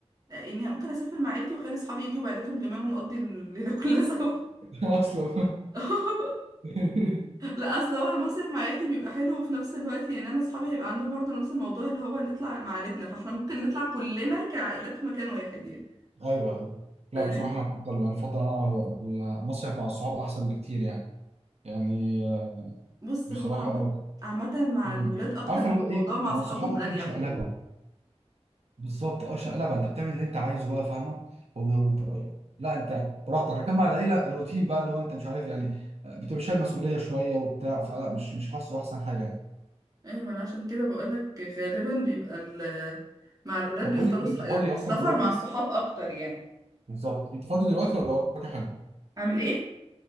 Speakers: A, on the right; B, on the right.
A: يعني ممكن اسافر مع عيلتي واخلي اصحابي يجوا بعيلتهم كمان ونقضي الليله كلها سوا
B: <laughs> اصلا
A: <laughs>
B: ايوه
A: لا اصل هو المصيف مع عيلتي بيبقى حلو وفي نفس الوقت يعني انا اصحابي هيبقى عندهم برضه نفس الموضوع اللي هو نطلع مع عيلتنا فاحنا ممكن نطلع كلنا كعائلات في مكان واحد يعني
B: ايوه لا
A: فدي
B: بصراحه انا افضل انا افضل انا المصيف مع الصحاب احسن بكتير يعني يعني آه،
A: بص
B: بصراحه
A: هو عامة عامة مع
B: امم
A: الولاد اكتر
B: عارفه
A: بيبقى
B: اللي هو
A: الموضوع
B: ايه
A: مع
B: مع
A: اصحابهم
B: صحابك
A: اريح
B: كده شقلبه
A: يعني
B: بالظبط اه شقلبه انت بتعمل اللي انت عايزه بقى فاهمه و... لا انت براحتك لكن مع العيله روتين بقى اللي هو انت مش عارف يعني بتبقى شايل مسؤوليه شويه وبتاع فلا مش مش حاسه احسن حاجه يعني
A: ايه ما انا عشان كده بقولك غالبا بيبقى ال- مع الولاد
B: طب
A: بيختاروا
B: بقول لك إيه،
A: الصح-
B: انت
A: السفر
B: فاضي اصلا دلوقتي
A: مع الصحاب اكتر يعني
B: بالظبط انت فاضي دلوقتي ولا وراكي حاجه
A: اعمل ايه